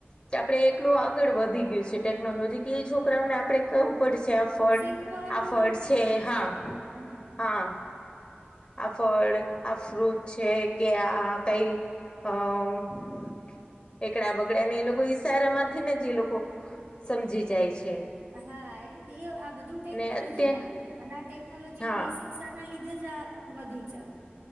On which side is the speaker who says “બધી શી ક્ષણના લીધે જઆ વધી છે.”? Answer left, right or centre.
Right